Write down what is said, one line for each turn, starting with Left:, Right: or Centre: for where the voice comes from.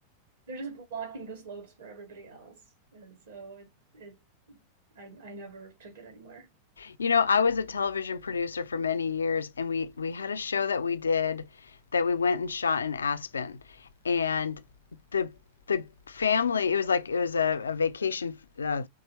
Right: they're just blocking the slopes for everybody else. And so it, it, I, I never took it anywhere.
Left: You know, I was a television producer for many years, and we we had a show that we did that we went and shot in Aspen, and the the family it was like it was a, a vacation uh,